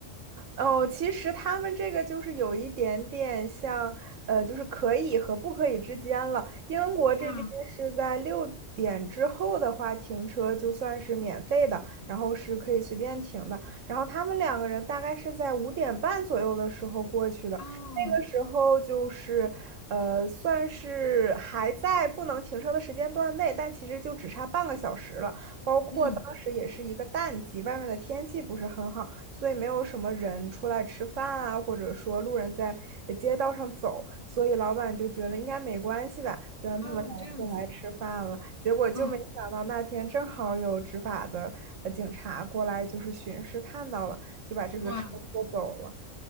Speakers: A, on the right; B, on the left.
A: 哦，其实他们这个就是有一点点像，呃，就是可以和不可以之间了。英国这边是在六点之后的话，
B: 啊
A: 停车就算是免费的，然后是可以随便停的。然后他们两个人大概是在五点半左右的时候过去的，
B: 啊，
A: 那个时候就是，呃，算是还在不能停车的时间段内，但其实就只差半个小时了。包括当时也是一个淡季，
B: 嗯
A: 外面的天气不是很好。所以没有什么人出来吃饭啊，或者说路人在街道上走，所以老板就觉得应该没关系吧，就让他们俩个进来吃饭了。
B: 啊，这样子，
A: 结果就没想到那天正好有执法的呃警察过来，
B: 嗯，
A: 就是巡视看到了，就把这个车拖走了。
B: 哇。